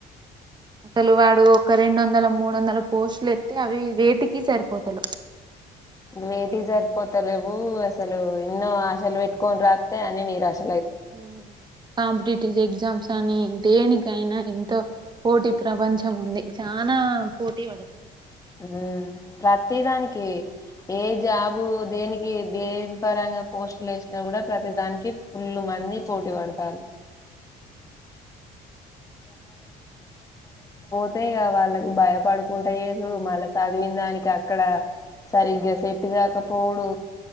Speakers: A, on the right (about 25°); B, on the left (about 20°).
A: అసలు వాడు ఒక రెండు వందల మూడు వందల పోస్టులు ఎత్తే అవి వేటికి సరిపోతలేవ్
B: వేటి జరిపోతలేవు అసలు ఎన్నో ఆశలు వేట్కొన్ రాత్తె అన్ని నిరాశ
A: ఉహు కాంపిటేటివ్ ఎగ్జామ్స్ అని దేనికైనా ఎంతో పోటీ ప్రపంచం ఉంది చానా పోటీ వడి
B: ఊ ప్రతి దానికి ఏ జాబు దేనికి దేని పరంగా పోస్టులు వేసినా కూడా ప్రతి దానికి ఫుల్లు మంది పోటీ పడతరు అంతే ఇగ వాళ్ళకు భయపడుకుంటు చేసుడు మళ్ళ సిదివిన దానికి అక్కడ సరిగ్గా సెట్టు కాకపోవుడు